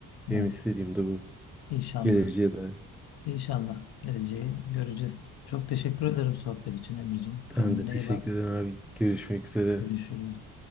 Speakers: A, in the centre; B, on the left (about 50°).
A: Benim
B: Evet.
A: istediğim de bu.
B: İnşallah.
A: Geleceğe de.
B: İnşallah geleceği göreceğiz. Çok teşekkür ederim sohbet için Emir'cim. Kendine
A: Ben de teşekkür
B: iyi bak.
A: ederim abi. Görüşmek üzere.
B: Görüşürüz.